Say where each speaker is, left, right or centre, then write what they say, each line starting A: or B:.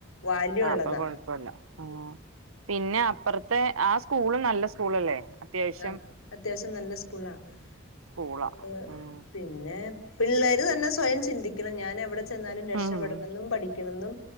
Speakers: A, on the left; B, on the right.
A: വാല്യൂ
B: ആഹ്
A: ഉള്ളതാ
B: അപ്പൊ കുഴപ്പവില്ല ആഹ് പിന്നെ അപ്പർ ത്തെ ആ സ്കൂളും നല്ല സ്കൂളല്ലേ അത്യാവശ്യം
A: ആഹ് അത്യാവശ്യം നല്ല സ്കൂളാ.
B: സ്കൂളാ
A: ഏഹ്
B: ഉം
A: പിന്നെ പിള്ളേര് തന്നെ സ്വയം ചിന്തിക്കണം ഞാൻ എവിടെ ചെന്നാലും രക്ഷപെടണെന്നും
B: ഉം
A: പഠിക്കണം ന്നും